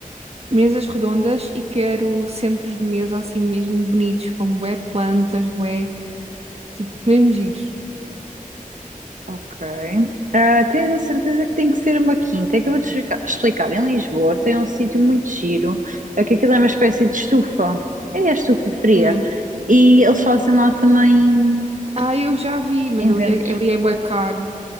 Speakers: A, on the right (about 45°); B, on the right (about 65°).
A: mesas redondas e quero centros de mesa assim mesmo bonitos, com bué plantas, bué, tipo, mesmo giros.
B: Ok. Ah, tens a certeza que tem que ser uma quinta? É que eu vou-te explica- explicar. Em Lisboa tem um sítio muito giro, é que aquilo é uma espécie de estufa. É a estufa fria.
A: Hum.
B: E eles fazem lá também
A: Ah, eu já vi, mas
B: inventos.
A: ali é, ali é bué caro.